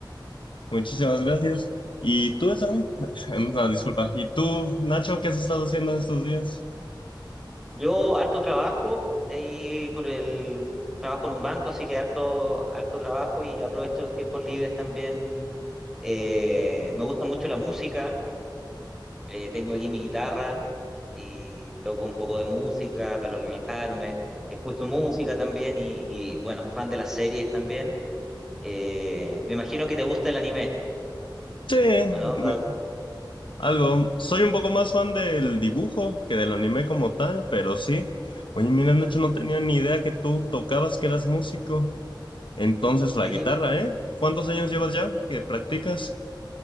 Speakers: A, on the left; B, in the centre.
A: muchísimas gracias. ¿Y tú, Sammy? <laughs> No, disculpa. ¿Y tú, Nacho, qué has estado haciendo estos días?
B: Yo harto trabajo y por el trabajo en un banco, así que harto, harto trabajo y aprovecho los tiempos libres también. Eh, me gusta mucho la música Eh, tengo aquí mi guitarra y toco un poco de música para relajarme. Escucho música también y, y, bueno, fan de las series también. Eh, me imagino que te gusta el anime,
A: Sí,
B: ¿o ¿no?
A: me-
B: Dado
A: algo. Soy un poco más fan del dibujo que del anime como tal, pero sí. Oye, mira, Nacho, no tenía ni idea que tú tocabas, que eras músico. Entonces, la
B: Sí,
A: guitarra, ¿eh? ¿Cuántos años llevas ya que practicas?